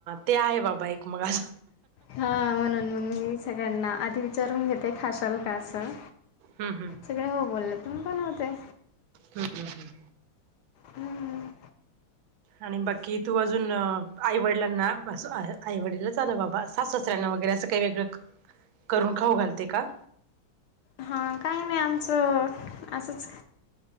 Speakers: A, on the right (about 80°); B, on the left (about 70°).
A: ते आहे बाबा एक मस
B: हा म्हणून मग मी सगळ्यांना आधी विचारून घेते खाशाल का असं.
A: हं हं
B: सगळे हो बोलले. तर मी बनवते.
A: हम् हम्म हम्.
B: हम्म.
A: आणि बाकी तू अजून अ आईवडिलांना अस आईवडिलच आल बाबा, सासू-सासर्‍यांना वगैरे अस काय वेगळं करून खाऊ घालते का?
B: हा काही नाही आमचं अ-असंच.